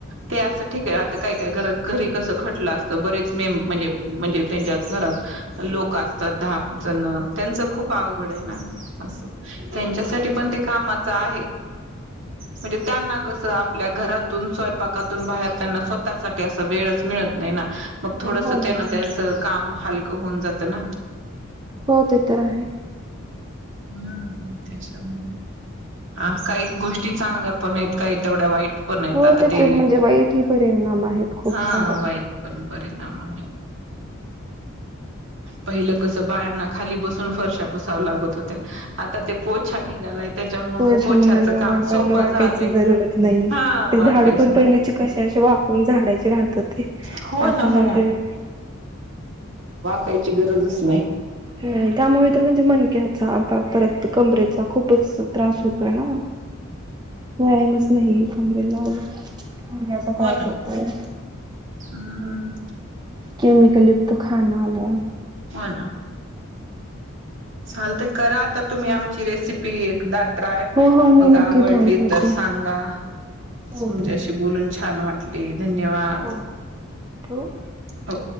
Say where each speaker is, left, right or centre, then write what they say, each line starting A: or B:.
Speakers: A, on the right; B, on the right.
A: ते असं ठीक आहे आता काय काय घरात घरी कस खटलं असत बरेच मे म्हणजे म्हणजे त्यांच्या घरात लोक असतात दहा जण त्यांच खूप अवघड आहे. ना अस त्यांच्यासाठी पण ते कामाच आहे. म्हणजे त्यांना कस आपल्या घरातून स्वयंपाकातून बाहेर त्यांना स्वतःसाठी असा वेळच मिळत नाही ना मग थोडस
B: हो ना
A: त्यांना
B: हो ना.
A: त्यांच काम हलकं होऊन जात ना.
B: हो ते तर आहे
A: हम् त्याच्या हा काही गोष्टी चांगल्या पण आहेत काही तेवढ्या वाईट पण आहेत
B: हो
A: आता
B: त्याचे
A: ते
B: म्हणजे वाईट ह परिणाम आहेत खूप
A: हा
B: सारे
A: वाईट पण परिणाम आहे पहिलं कस बायांना खाली बसून फरशा पुसाव लागत होत्या आता ते पोछा निघालाय त्याच्यामुळ
B: वर्ष
A: पोछ्याचं
B: निघाल्यामुळे
A: काम
B: पण
A: सोपं
B: वाकायची
A: झालंय
B: जरूरत नाही
A: हा
B: ते
A: वाकायची
B: झाडू पण पहिलीचे कसे अस वाकून झाडायचे राहत होते
A: हो ना
B: आता
A: हो
B: म्हणजे.
A: ना कायची गरजच नाही.
B: नाही त्यामुळे तर म्हणजे मन परत कमरेचा खूप खूपच त्रास होतोय ना, व्यायामच नाही कमरे लावला. मग्याचा त्रास
A: हो ना
B: होतोय.
A: हम्म
B: केमिकल युक्त खाणा आला.
A: ह चालतंय तर करा आता तुम्ही आमची रेसिपी ट्राय
B: हो हो मी
A: मग
B: नक्की
A: आवडली
B: ट्राय करते
A: तर सांगा
B: हो
A: म्हजे अशी बोलून छान वाट ते. धन्यवाद
B: हो ठेवू
A: हो